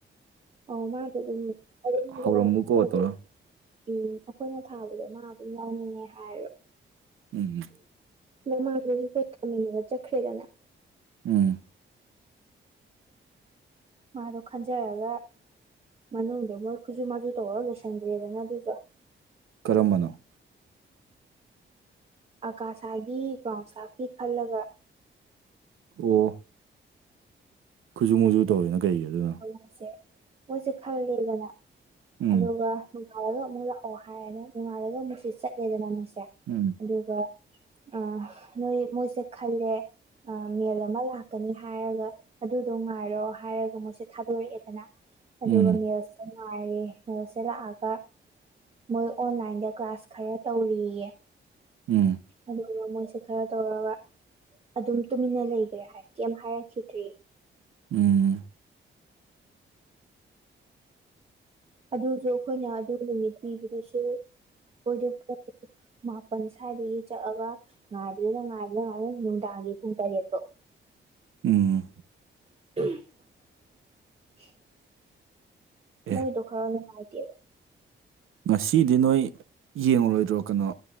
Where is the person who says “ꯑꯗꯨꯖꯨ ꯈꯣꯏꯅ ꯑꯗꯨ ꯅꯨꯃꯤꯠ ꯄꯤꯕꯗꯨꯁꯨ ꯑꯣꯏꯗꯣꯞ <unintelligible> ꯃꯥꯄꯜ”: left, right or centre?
Right